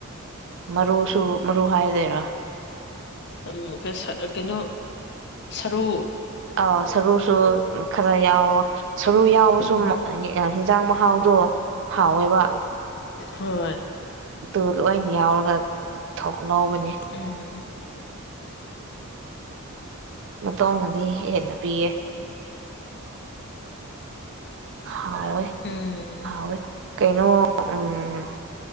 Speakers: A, on the right; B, on the left.
A: ꯃꯔꯨꯁꯨ ꯃꯔꯨ ꯍꯥꯏꯔꯗꯣꯏꯔꯣ
B: ꯎꯝ ꯀ ꯀꯩꯅꯣ ꯁꯔꯨ
A: ꯑ ꯁꯔꯨꯁꯨ ꯈꯔ ꯌꯥꯎꯋꯣ ꯁꯔꯨ ꯌꯥꯎꯕꯁꯨ
B: ꯎꯝ
A: ꯑꯦꯟꯖꯥꯡ ꯃꯍꯥꯎꯗꯣ ꯍꯥꯎꯋꯦꯕ
B: ꯍꯣꯏ
A: ꯑꯗꯨ ꯂꯣꯏꯅ ꯌꯥꯎꯔꯒ ꯊꯣꯛ ꯂꯧꯕꯅꯤ
B: ꯎꯝ
A: ꯃꯇꯧꯅꯗꯤ ꯍꯦꯟꯅ ꯄꯤꯌꯦ ꯍꯣꯏ
B: ꯎꯝ
A: ꯍꯣꯏ ꯀꯩꯅꯣ ꯎꯝ